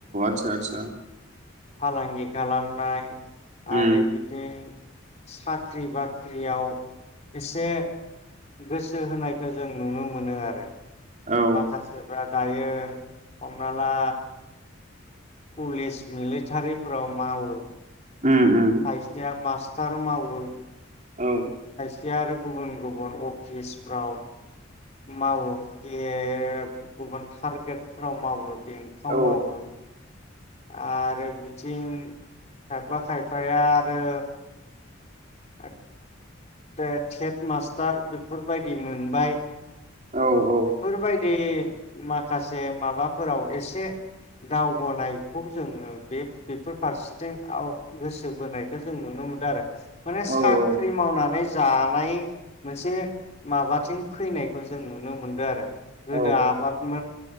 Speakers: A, on the right; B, on the left.
A: आसा आसा
B: फालांगि खालामनाय
A: उम
B: आरो बिथिं साख्रि बाख्रियाव एसे गोसो होनायखौ जों नुनो मोनो आरो
A: औ
B: माखासेफ्रा दायो हमना ला पुलिस मिलिटारिफोराव मावो
A: उम उम
B: खायसेया मास थार मावो
A: औ
B: <unintelligible> आरो गुबुन गुबुन अफिसफ्राव मावो बे गुबुन टारगेटफोराव मावो बेंकाव
A: औ
B: मावो आरो बिथिं खायफा खायफाया आरो <unintelligible> टेट <unintelligible> मास्टार बेफोरबायदि मोनबाय
A: औ औ
B: बेफोरबायदि माखासे माबाफोराव एसे दावगानायखौ जोङो बे बेफोर फारसेथिंआव गोसो बोनायखौ जों नुनो मोनदों आरो माने
A: औ
B: साख्रि मावनानै जानाय मोनसे माबाथिं फैनायखौ जों नुनो मो मोनदो आरो गोदो
A: औ
B: आबादमोन